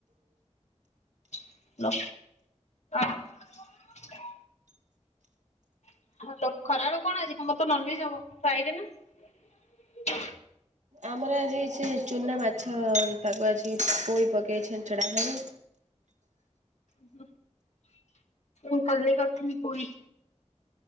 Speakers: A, on the left (about 70°); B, on the right (about 85°).
A: ହାଲୋ <inaudible> <inaudible> ଖରାବେଳକୁ କଣ ଆଜି ତମର ତ ନନଭେଜ୍ ହବ ଫ୍ରାଇଡେ ନା?
B: ଆମର ଆଜି ସେ ଚୁନା ମାଛ ତାକୁ ଆଜି ପୋଇ ପକେଇ ଛିଞ୍ଚେଡା ହେବ।
A: ହୁଁ ମୁଁ କାଲି କରିଥିଲି ପୋଇ।